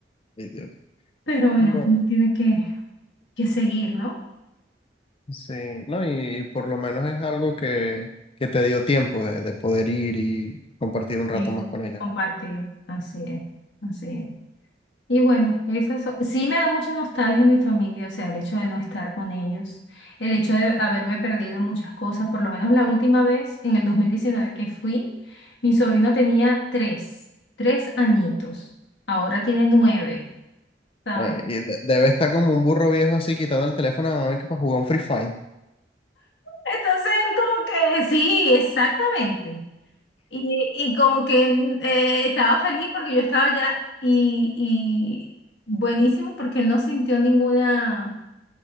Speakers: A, on the left; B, on the left.
A: ay, Dios.
B: Pero bueno,
A: Bueno,
B: uno tiene que, que seguir, ¿no?
A: sí, no, y, por lo menos es algo que, que te dio tiempo de, de poder ir y compartir un rato
B: Sí.
A: más con ella.
B: Compartir, así es, así es. Y bueno, esas so- sí me da mucha nostalgia a mi familia, o sea, el hecho de no estar con ellos, el hecho de haberme perdido muchas cosas, por lo menos la última vez, en el 2019 que fui, mi sobrino tenía tres, tres añitos, ahora tiene nueve, ¿sabes?
A: Ay, y de- debe estar como un burro viejo así quitando el teléfono a la mamá que para jugar un Free Fire.
B: Entonces él como que, sí, exactamente. Y, y como que mm, eh, estaba feliz porque yo estaba allá y, y buenísimo porque él no sintió ninguna,